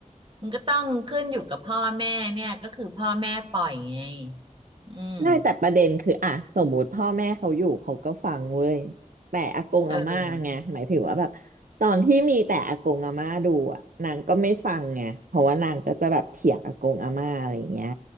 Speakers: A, on the right; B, on the right.
A: มันก็ต้องขึ้นอยู่กับพ่อแม่เนี่ยก็คือพ่อแม่ปล่อยไงอืม
B: ได้แต่ประเด็นคืออ่ะสมมุติพ่อแม่เขาอยู่เขาก็ฟังเว้ยแต่อากงอาม่าไงหมายถึงว่าแบบตอนที่มีแต่อากงอาม่าดูอ่ะนางก็ไม่ฟังไงเพราะว่านางก็จะแบบเถียงอากงอาม่าอะไรอย่างเงี้ย
A: เออ